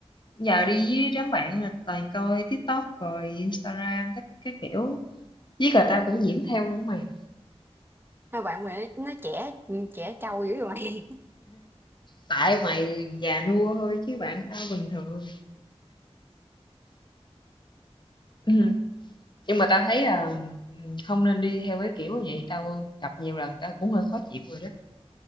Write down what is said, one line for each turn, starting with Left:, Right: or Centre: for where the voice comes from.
Left: giờ đi với đám bạn là toàn coi TikTok rồi Instagram tất cái kiểu. Với cả tao cũng nhiễm theo luôn mày.
Right: Mấy bạn mày nó, nó trẻ, trẻ trâu dữ vậy mày. <laughs>
Left: Tại mày già nua thôi chứ bạn tao bình thường. Ừm, Nhưng mà tao thấy là ừ, không nên đi theo cái kiểu như vậy, tao gặp nhiều lần tao cũng hơi khó chịu rồi đó.